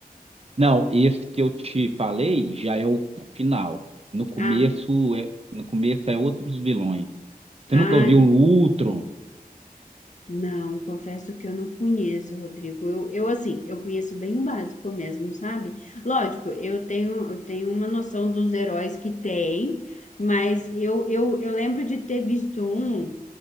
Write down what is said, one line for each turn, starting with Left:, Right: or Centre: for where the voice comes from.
Right: Não, esse que eu te falei já é o final. No começo
Left: Ah,
Right: é, no começo é outros vilões. Você
Left: ah.
Right: nunca ouviu o Ultron?
Left: Não, confesso que eu não conheço, Rodrigo. Eu, eu assim, eu conheço bem o básico mesmo, sabe? Lógico, eu tenho, eu tenho uma noção dos heróis que tem, mas eu, eu, eu lembro de ter visto um